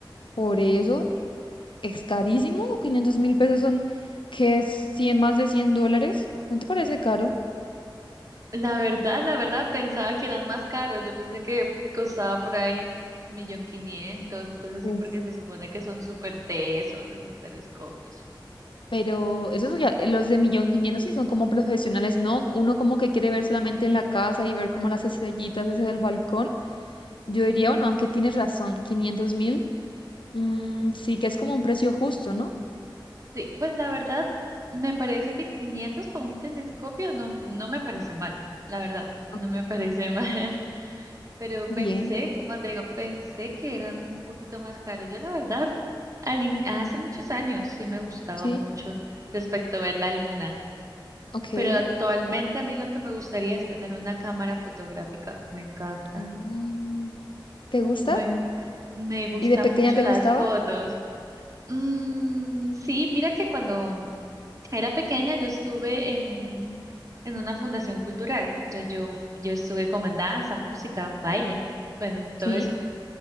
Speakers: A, on the left (about 75°); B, on the right (about 40°).
A: Por eso. es carísimo. quinientos mil pesos son, que es 100 más de 100 dólares. ¿No te parece caro?
B: La verdad, la verdad, pensaba que eran más caros. Yo pensé que costaba por ahí millón quinientos o cosas así,
A: Uf,
B: porque se supone que son súper tesos esos telescopios.
A: pero esos ya- los de millón quinientos sí son como profesionales, ¿no? Uno como que quiere ver solamente en la casa y ver como las estrellitas desde el balcón. Yo diría, bueno, aunque tienes razón, quinientos mil, mm, sí que es como un precio justo, ¿no?
B: Sí, pues la verdad, me parece que 500 para un telescopio no, no me parece mal. La verdad,
A: Ok.
B: no me parece mal. <laughs> Pero
A: Bien,
B: pensé, como te digo, pensé que eran un poquito más caros. Yo la verdad, al in- hace muchos años sí me gustaba
A: sí,
B: mucho respecto a ver la luna.
A: ok.
B: Pero actualmente a mí lo que me gustaría es tener una cámara fotográfica. Me encanta.
A: Mm. ¿Te gusta?
B: Me, enca- me gustan
A: ¿Y de pequeña
B: mucho
A: te
B: las
A: gustaba?
B: fotos. Mm, sí, mira que cuando era pequeña yo estuve en un, en una fundación cultural. Entonces yo, yo estuve como en danza, música, baile, bueno, en todo
A: Sí,
B: eso.